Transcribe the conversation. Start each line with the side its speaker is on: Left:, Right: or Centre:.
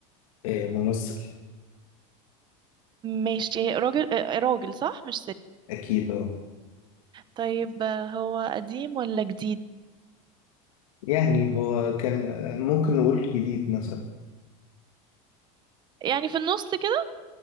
Left: آه ممثل
Right: ماشي راجل آه، راجل صح مش ست
Left: أكيد أه
Right: طيب آه، هو قديم ولا جديد
Left: يعني هو كان آه، ممكن نقول جديد مثلا
Right: يعني في النص كده